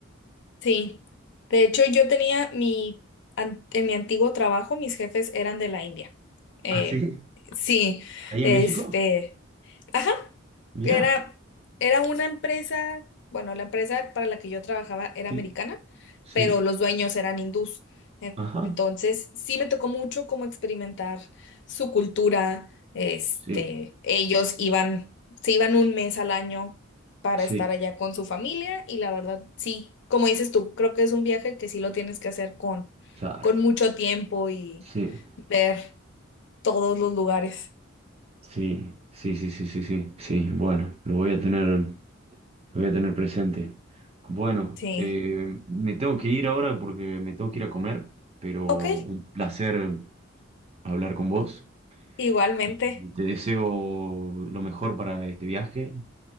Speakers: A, on the left; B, on the right.
A: Sí, de hecho yo tenía mi, an- en mi antiguo trabajo, mis jefes eran de la India. Eh,
B: ¿Ah, sí?
A: sí,
B: ¿Ahí
A: este,
B: en México?
A: ajá,
B: Mirá.
A: era, era una empresa, bueno, la empresa para la que yo trabajaba era
B: Sí,
A: americana,
B: sí.
A: pero los dueños eran hindús. En-
B: Ajá.
A: Entonces, sí me tocó mucho como experimentar su cultura, este,
B: Sí,
A: ellos iban, se iban un mes al año para
B: sí,
A: estar allá con su familia y la verdad, sí, como dices tú, creo que es un viaje que sí lo tienes que hacer con,
B: claro.
A: con mucho tiempo y
B: Sí.
A: ver todos los lugares.
B: Sí, sí, sí, sí, sí, sí, sí. Bueno, lo voy a tener, lo voy a tener presente. Bueno,
A: Sí.
B: eh, me tengo que ir ahora porque me tengo que ir a comer, pero
A: Ok,
B: un placer hablar con vos
A: igualmente.
B: y y te deseo lo mejor para este viaje